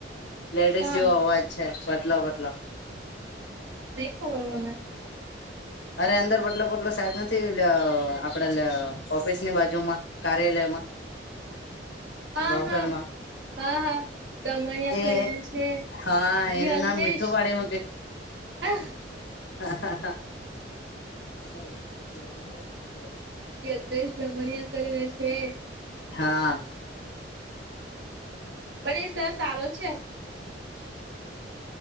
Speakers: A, on the left; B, on the right.
A: લેડીસ
B: કોણ
A: જેવો અવાજ છે પાતલો પાતલો.
B: નહી ખબર મને.
A: અરે અંદર બટલો બટલો સાહેબ નથી ઓલા આપડા ઓફિસની બાજુ માં કાર્યાલયમાં
B: હા
A: પ્રોફેલમાં
B: હા હા હા. દમણયા
A: એ
B: કરીને છે
A: હા એનું
B: યજ્ઞશ
A: નામ મીઠું પાડી
B: હ.
A: હા હા હા. <unintelligible>
B: યેગનેશ બ્મણિયા કરની છે.
A: હા.
B: પણ એ સર સારો છે.
A: .